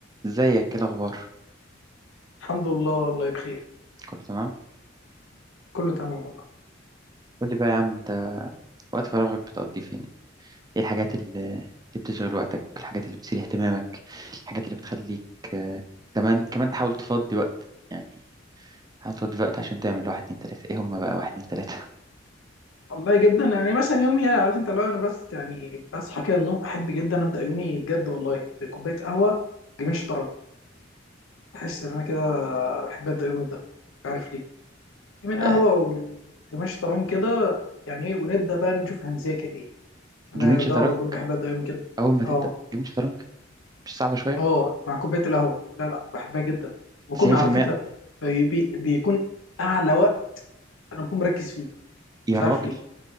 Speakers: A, on the right; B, on the left.
A: ازيك ايه الاخبار
B: الحمد لله والله بخير
A: كله تمام
B: كله تمام والله
A: قول لي بقى يا عم انت وقت فراغك بتقضي فين ايه الحاجات اللي اللي بتشغل وقتك الحاجات اللي بتثير اهتمامك الحاجات اللي بتخليك آه، كمان كمان تحاول تفضي وقت يعني حاول تفضي وقت عشان تعمل واحد اتنين تلاتة ايه هما بقى واحد اتنين تلاتة
B: والله جدا يعني مثلا يومي يعني عارف انت لو انا بس يعني بصحى كده من النوم احب جدا ابدا يومي بجد والله بكوبايه قهوه جميل شطرنج بحس ان انا كده بحب ابدا يومي ده مش عارف ليه من
A: <laughs>
B: قهوه
A: آه،
B: ومن جميل شطرنج كده يعني ايه ونبدا بقى نشوف هنذاكر ايه انا
A: جيمين شطرنج
B: ده على طول بحب ابدا يومي كده
A: اول ما تبدأ
B: اه
A: جيمين شطرنج مش صعبة شوية
B: اه مع كوبايه القهوه لا لا بحبها جدا وكنا
A: 90%
B: على فكره بي بي بيكون اعلى وقت انا بكون مركز فيه
A: يا
B: مش
A: راجل
B: عارف ليه